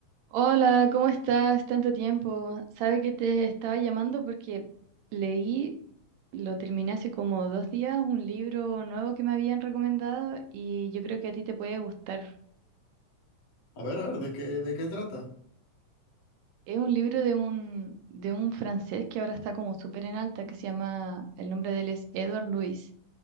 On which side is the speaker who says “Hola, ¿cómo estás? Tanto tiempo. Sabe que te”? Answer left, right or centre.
Right